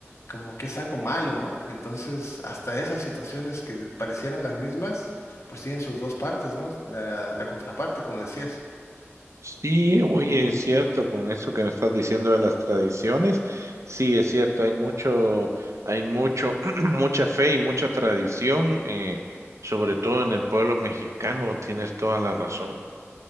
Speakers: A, on the left (about 75°); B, on the right (about 85°).
A: como que es algo malo, ¿no? Entonces, hasta esas situaciones que parecieran las mismas, pues tienen sus dos partes, ¿no? La, la contraparte, como decías.
B: Sí, oye, es cierto, con eso que me estás diciendo de las tradiciones, sí, es cierto, hay mucho, hay mucho, <clears throat> mucha fe y mucha tradición, eh, sobre todo en el pueblo mexicano, tienes toda la razón.